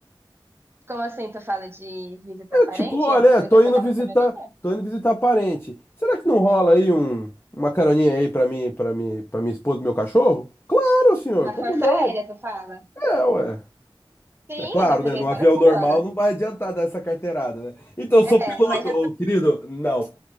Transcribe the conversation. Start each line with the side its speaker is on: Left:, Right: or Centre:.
Right: Como assim tu fala de visitar
Left: É,
Right: parente
Left: tipo, olha,
Right: e aproveitar
Left: é, tô
Right: e
Left: indo
Right: pegar
Left: visitar,
Right: uma carolinha?
Left: tô indo visitar parente. Será que não rola aí um, uma caroninha aí pra mim, para mim, para minha esposa e meu cachorro? Claro, senhor,
Right: Na
Left: como
Right: Força
Left: não?
Right: Aérea tu fala?
Left: É, ué.
Right: Sim,
Left: É claro,
Right: eu já peguei
Left: né? No
Right: várias
Left: avião
Right: coronas.
Left: normal não vai adiantar dar essa carteirada, né? Então, eu
Right: É,
Left: sou piloto,
Right: mas já
Left: ô,
Right: fui.
Left: querido? Não. Deixa